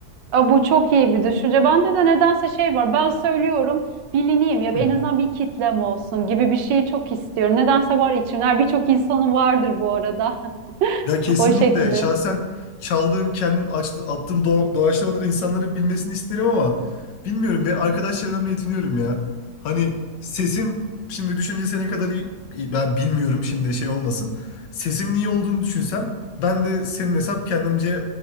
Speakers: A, on the right; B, on the left.
A: Aa, bu çok iyi bir düşünce. Bende de nedense şey var. Ben söylüyorum bilineyim ya en
B: Hı.
A: azından bir kitlem olsun gibi bir şeyi çok istiyorum. Nedense var içimler. Birçok insanın vardır bu arada. <laughs>
B: Ya kesinlikle
A: O şekilde.
B: şahsen çaldığım, kendim açtı, attığım do doğaçlamaları insanların bilmesini isterim ama bilmiyorum ve arkadaş çevremle yetiniyorum ya. Hani sesim şimdi düşünce senin kadar iyi, iyi- ben bilmiyorum şimdi şey olmasın. Sesimin iyi olduğunu düşünsem ben de senin hesap kendimce